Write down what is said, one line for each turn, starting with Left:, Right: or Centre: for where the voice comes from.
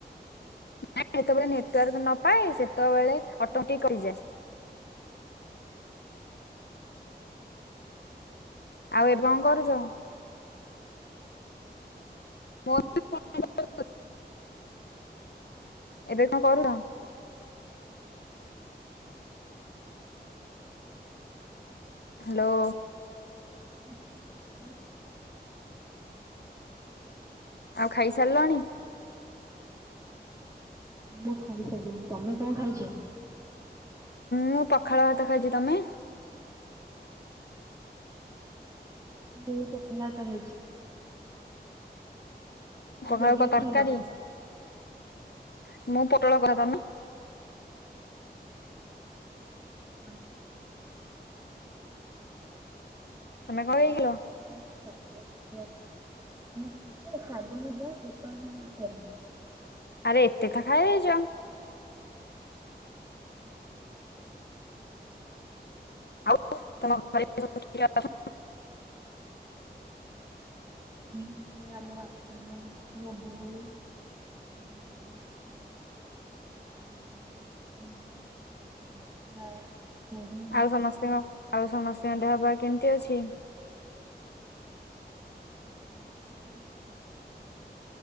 Left: ନାଇଁ ଯେତେବେଳେ ନେଟୱାର୍କ ନପାଏ ସେତେବେଳେ ଅଟୋମ୍ୟାଟିକ କଟିଯାଏ। ଆଉ ଏବେ କଣ କରୁଛ? <unintelligible> ଏବେ କଣ କରୁଚ? ହ୍ୟାଲୋ।
Right: ଖାଇଛ କଣ ଖାଉଛ?
Left: ଆଉ ଖାଇସାରିଲାଣି?
Right: ମୁଁ ଖାଇସାରିନି। ତମେ କଣ ଖାଇଛ?
Left: ମୁଁ ପଖାଳ ଭାତ ଖାଇଛି। ତମେ?
Right: ମୁଁ ପଖାଲ ଭାତ ଖାଇଛି। କଣ
Left: ପଖାଳକୁ
Right: ଲଗେଇକି
Left: କ ତରକାରୀ?
Right: ଖାଇଲ?
Left: <inaudible> ମୁଁ ପୋଟଳ କହ ତମେ?
Right: <inaudible>
Left: ତମେ କଣ ହେଇଥିଲ?
Right: <unintelligible>
Left: ଆରେ ଏତେ <unintelligible> ଖାଇ ଦେଇଛ।
Right: <inaudible>
Left: <unintelligible>
Right: ହଁ ଆମ <unintelligible> ମୋ ବୋଉ। <inaudible>
Left: <inaudible>
Right: <unintelligible>
Left: ଆଉ ସମସ୍ତଙ୍କ ଆଉ ସମସ୍ତଙ୍କ ଦେହ ବା କେମିତି ଅଛି?
Right: <unintelligible>